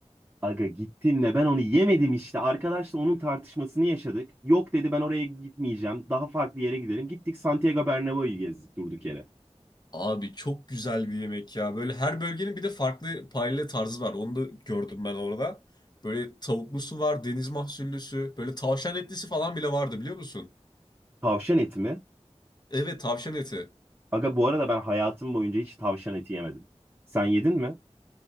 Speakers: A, on the right (about 20°); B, on the left (about 40°).
A: Aga gittim de ben onu yemedim işte. Arkadaşla onun tartışmasını yaşadık. Yok dedi ben oraya gitmeyeceğim. Daha farklı yere gidelim. Gittik Santiago Bernabéu'yu gezdik durduk yere.
B: Abi çok güzel bir yemek ya. Böyle her bölgenin bir de farklı paella tarzı var. Onu da gördüm ben orada. Böyle tavuklusu var, deniz mahsullüsü. Böyle tavşan etlisi falan bile vardı biliyor musun?
A: Tavşan eti mi?
B: Evet tavşan eti.
A: Aga bu arada ben hayatım boyunca hiç tavşan eti yemedim. Sen yedin mi?